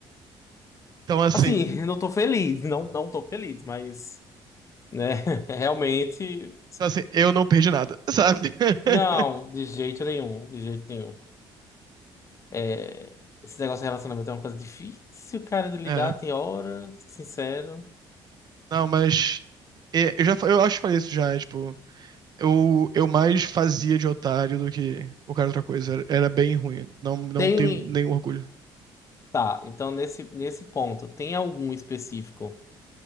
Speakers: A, on the right; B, on the left.
A: Então, assim,
B: Assim, <laughs> não tô feliz, não, não tô feliz, mas, né, <laughs> realmente,
A: então, assim eu não perdi nada, sabe? <laughs>
B: não, de jeito nenhum, de jeito nenhum. É, esse negócio de relacionamento é uma coisa difícil, cara, de lidar,
A: É,
B: tem hora, vou ser sincero.
A: não, mas. é, eu já fa- eu acho que falei isso já, é, tipo. Eu, eu mais fazia de otário do que qualquer outra coisa. Era, era bem ruim. Não, não
B: Tem,
A: tenho nenhum orgulho.
B: tá, então nesse, nesse ponto, tem algum específico